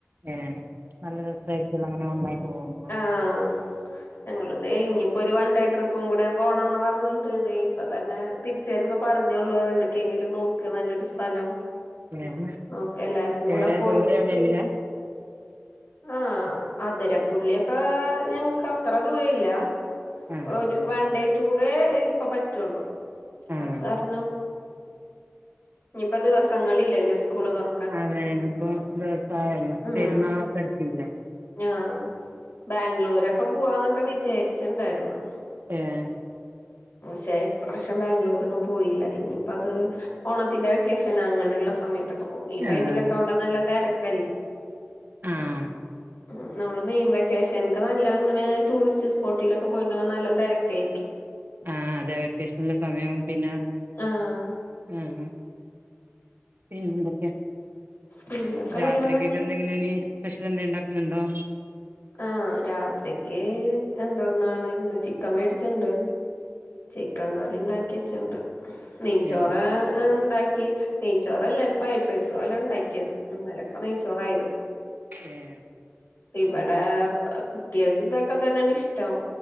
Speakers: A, on the right (about 50°); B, on the left (about 60°).
A: ഏഹ് നല്ല ദിവസായിട്ട് എല്ലാമങ്ങനെ നന്നായിപോകുന്നു
B: ആഹ് ഞങ്ങൾ ദേ ഇനി ഇപ്പോരു വൺഡേ ട്രിപ്പും കൂടെ പോണംന്ന് പറഞ്ഞിട്ട് ദേ ഇപ്പൊ തന്നെ തിര്ച്ചരുമ്പോ പറഞ്ഞോള്ളൂ എവ്ട്ക്കെങ്കിലും നോക്ക് നല്ലൊരു സ്ഥലം
A: ഏഹ്
B: നോക്കെ എല്ലാർക്കും കൂടെ
A: എവിടെ
B: പോയിച്ച്
A: ദൂരെ എവിടെയെങ്കിലാ
B: ആഹ്, അതിരപ്പുള്ളിയൊക്കെ ഞങ്ങക്ക് അത്ര ദൂരല്ല്യ.
A: ആഹ്
B: ഒരു
A: ഉം
B: വൺ ഡേ ടൂറേ ഇപ്പൊ പറ്റൊള്ളു.
A: ആഹ്
B: അത് കാര്ണം ഞ്ഞിപ്പ ദിവസങ്ങളില്ലല്ലോ സ്കൂള് തൊറ
A: അതേനിപ്പോ ദിവസായല്ലോ
B: ഉം
A: പെര്ന്നാളൊക്കെട്ത്തീലേ.
B: <unintelligible> ബാംഗ്ലൂരൊക്കെ പൂവാന്നൊക്കെ വിചേര്ച്ചിണ്ടായിര്ന്നു.
A: ഏഹ്.
B: ഷേ ഇപ്രാശ്യം ബാംഗ്ലൂരൊന്നും പോയില്ല. ഇനിപ്പത് ഓണത്തിന്റെ വെക്കേഷനങ്ങനെള്ള സമയത്തൊക്കെ പോകും. ഈ ടൈമിലൊക്കെ
A: ആഹ്
B: ഔടെ നല്ല തെരക്കല്ലേ.
A: ആഹ്.
B: ഉം, നമ്മള് മെയിൻ വെക്കേഷനൊക്കെ നല്ല അങ്ങനെ ടൂറിസ്റ്റ് സ്പോട്ടിലൊക്കെ പോയിണ്ടേ നല്ല തെരക്കേരിക്കും.
A: ആഹ്, അതെ. വെക്കേഷൻള്ള സമയാവും പിന്നെ,
B: ആഹ്
A: ആഹ്, ഉം പിന്നെന്തൊക്കെ
B: പിന്നൊക്കെ
A: രാത്രികേക്ക്
B: നല്ലതന്നെ
A: എന്തെങ്കി <unintelligible> നീ സ്പെഷ്യലെന്തെ ണ്ടാക്ക്ന്ന്ണ്ടോ?
B: ആഹ്, രാത്രിക്ക് എന്തോ ന്നാണ് ന്ന് ചിക്കൻ വേടിച്ച്ണ്ട്, ചിക്കൻ കറിണ്ടാക്കിച്ച്ണ്ട്. നെയ്ച്ചോറാ
A: ഏഹ്
B: <unintelligible> ണ്ടാക്കി. നെയ്ച്ചോറല്ല ഒരു ഫൈഡ്രെയ്സ് പോലെണ്ടാക്കിയത്, ഇന്നലൊക്കെ നെയ്ച്ചോറായിര്ന്നു.
A: ഏഹ്.
B: വടേ ഏ കുട്ട്യേക്ക്തൊക്കെ തന്നെണ് ഇഷ്ടം.